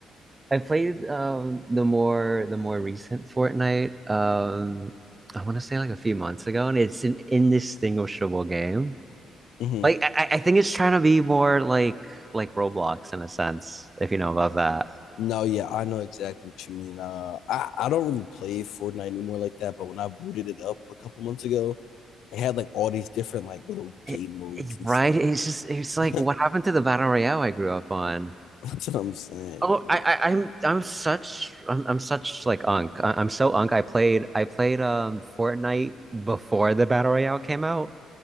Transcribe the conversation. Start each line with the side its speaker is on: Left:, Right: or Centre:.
Right: I played um the more the more recent Fortnite um I want to say like a few months ago and it's an indistinguishable game.
Left: hmm
Right: Like I, I think it's trying to be more like like Roblox in a sense, if you know about that.
Left: No, yeah, I know exactly what you mean. Uh, I, I don't really play Fortnite anymore like that, but when I booted it up a couple months ago, it had like all these different like little game
Right: It,
Left: modes
Right: it-
Left: and
Right: right?
Left: stuff.
Right: It's just it's like
Left: <laughs>
Right: what happened to the battle royale I grew up on.
Left: That's what I'm saying.
Right: Oh,
Left: dude.
Right: I, I I'm I'm such I'm I'm such like unk. I, I'm so unk. I played I played um Fortnite before the battle royale came out.